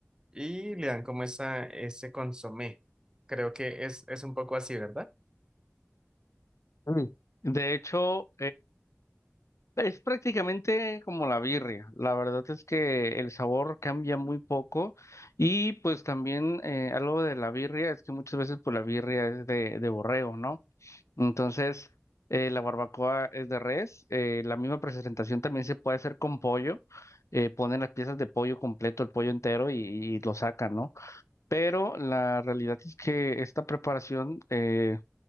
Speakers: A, on the right; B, on the left.
A: y le dan como esa, ese consomé. Creo que es, es un poco así, ¿verdad?
B: Mm. De hecho, Es prácticamente como la birria. La verdad es que el sabor cambia muy poco y pues también eh, algo de la birria es que muchas veces pues la birria es de, de borrego, ¿no? Entonces eh, la barbacoa es de res. eh, la misma presentación también se puede hacer con pollo. eh, ponen las piezas de pollo completo, el pollo entero y, y lo sacan, ¿no? Pero la realidad es que esta preparación... eh,